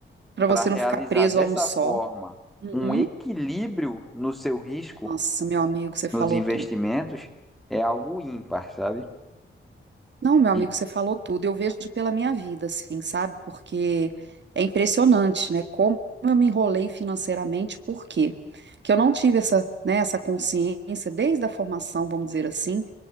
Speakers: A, on the right (about 60°); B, in the centre.
A: para
B: para
A: você
B: realizar
A: não ficar preso
B: dessa
A: a um só.
B: forma
A: Uhum.
B: um equilíbrio no seu risco,
A: Nossa, meu amigo, você falou
B: nos investimentos,
A: tudo.
B: é algo ímpar, sabe?
A: Não, meu amigo,
B: E,
A: você falou tudo. Eu vejo pela minha vida, assim, sabe? Porque é impressionante, né? Como eu me enrolei financeiramente, por quê? Porque eu não tive essa, né, essa consciência desde a formação, vamos dizer assim,